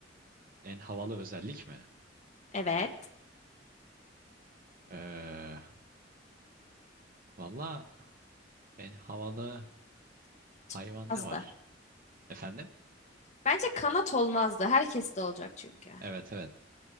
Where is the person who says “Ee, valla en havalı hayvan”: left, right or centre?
Right